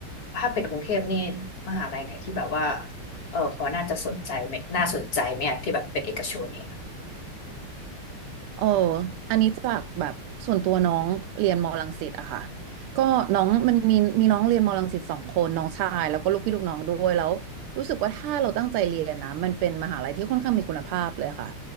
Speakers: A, on the left; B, on the right.
A: ถ้าเป็นกรุงเทพนี่มหาลัยไหนที่แบบว่าเออพอน่าจะสนใจไหมน่าสนใจไหมอะที่แบบเป็นเอกชนเนี่ย
B: เอออันนี้จากแบบส่วนตัวน้องเรียนมอรังสิตอะค่ะก็น้องมันมีมีน้องเรียนมอรังสิตสองคนน้องชายแล้วก็ลูกพี่ลูกน้องด้วยแล้วรู้สึกว่าถ้าเราตั้งใจเรียนนะมันเป็นมหาลัยที่ค่อนข้างมีคุณภาพเลยค่ะ